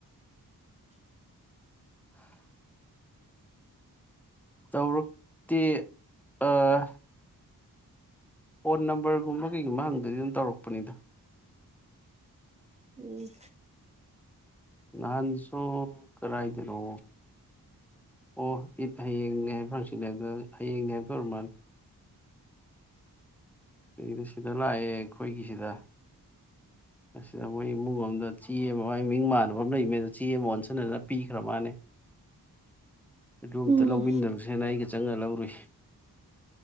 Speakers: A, in the centre; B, on the right (about 20°).
A: <inaudible> ꯇꯧꯔꯛ ꯇꯦ ꯑꯥ ꯐꯣꯟ ꯅꯝꯕꯔꯒꯨꯝꯕ ꯀꯩꯒꯨꯝꯕ ꯍꯪꯗꯗꯤ ꯑꯗꯨꯝ ꯇꯧꯔꯛꯄꯅꯤꯗ
B: ꯎꯝ
A: ꯅꯍꯥꯟꯁꯨ ꯀꯗꯥꯏꯗꯅꯣ ꯑꯣ ꯑꯤꯠ ꯍꯌꯦꯡꯅꯦ ꯍꯥꯏꯕ꯭ꯔꯥ ꯍꯥꯡꯆꯤꯠꯅꯦ ꯍꯥꯏꯕ꯭ꯔꯥ ꯍꯌꯦꯡꯅꯦ ꯍꯥꯏꯕ ꯑꯣꯏꯃꯥꯟ ꯀꯩꯗꯣ ꯁꯤꯗ ꯂꯥꯛꯑꯦ ꯑꯩꯈꯣꯏꯒꯤꯁꯤꯗ
B: <inaudible>
A: ꯑꯁꯤꯗ ꯃꯣꯏ ꯏꯃꯨꯡ ꯑꯃꯗ ꯆꯦ ꯑꯃ ꯃꯥꯏ ꯃꯤꯡ ꯃꯥꯟꯅꯕ ꯑꯃ ꯂꯩꯕꯅꯦ ꯑꯗ ꯆꯦ ꯑꯃ ꯑꯣꯟꯁꯟꯅꯅ ꯄꯤꯈ꯭꯭ꯔꯥ ꯃꯥꯅꯦ ꯑꯗꯨ ꯑꯝꯇ
B: ꯎꯝ
A: ꯂꯧꯃꯤꯟꯅꯔꯨꯁꯦꯅ ꯑꯩꯒ ꯆꯪꯉꯥ ꯂꯧꯔꯨꯏ